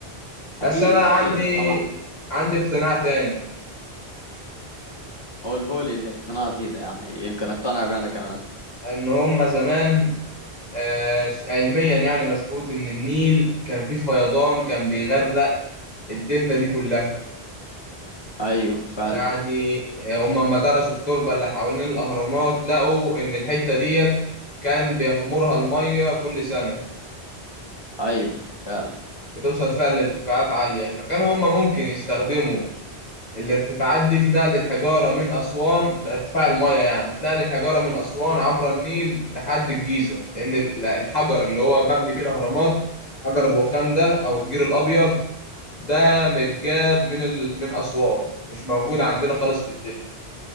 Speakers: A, on the left; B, on the left.
A: بس
B: اكيد
A: انا عندي
B: اكيد طبعا
A: عندي اقتناع تاني
B: هو الهولي اللي اقتنعت بيه ده يعني يمكن اقتنع بيه انا كمان
A: ان هم زمان آه، علميا يعني مظبوط ان النيل كان فيه فيضان كان بيغرق الدلتا دي كلها
B: ايوه فعلا
A: يعني آه، هم لما درسوا التربة اللي حوالين الأهرامات لقوا إن الحتة ديت كان بيغمرها المية كل سنة
B: ايوه فعلا
A: بتوصل فيها لارتفاعات عالية فكانوا هم ممكن يستخدموا الارتفاعات دي في نقل الحجارة من أسوان ارتفاع المية يعني في نقل الحجارة من أسوان عبر النيل لحد الجيزة لأن ال- الحجر اللي هو مبني بيه الأهرامات حجر الرخام ده أو الجير الأبيض ده متجاب من ال... من أسوان مش موجود عندنا خالص في الدنيا